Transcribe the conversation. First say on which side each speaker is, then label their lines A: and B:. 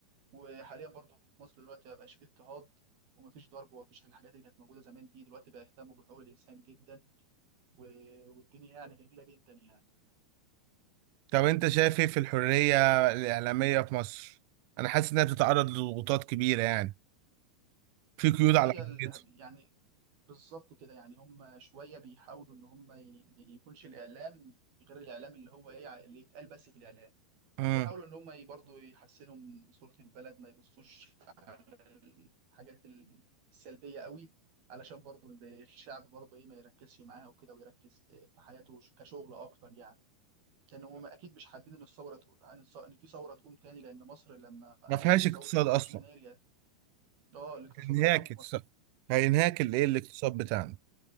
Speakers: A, on the right; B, on the right.
A: وحاليا برضه في مصر دلوقتي ما بقاش فيه اضطهاد ومفيش ضرب ومفيش الحاجات اللي كانت موجوده زمان دي دلوقتي بقى يهتموا بحقوق الانسان جدا و- والدنيا يعني جميله جدا يعني
B: طب انت شايف ايه في الحريه الاعلاميه في مصر انا حاسس انها بتتعرض لضغوطات كبيره يعني في قيود
A: اه
B: على
A: يا
B: حريتها
A: ال- يعني بالظبط كده يعني هم شويه بيحاولوا ان هم ي- ما يكونش الاعلام غير الاعلام اللي هو ايه اللي يتقال بس في الاعلام
B: امم
A: بيحاولوا ان هم برضه يحسنوا من صوره البلد ما يبصوش على الحاجات السلبيه قوي علشان برضه الشعب برضه ايه ما يركزش معاها وكده ويركز في في حياته كشغل اكتر يعني لان هم اكيد مش حابين ان الثوره تقو- ان الث- إن في ثوره تقوم تاني لان مصر لما قامت
B: ما فيهاش
A: الثوره
B: اقتصاد
A: 25
B: اصلا
A: يناير يا- ده الاقتصاد
B: هينهاك
A: اتدمر
B: اقتصاد هينهاك الايه الاقتصاد بتاعنا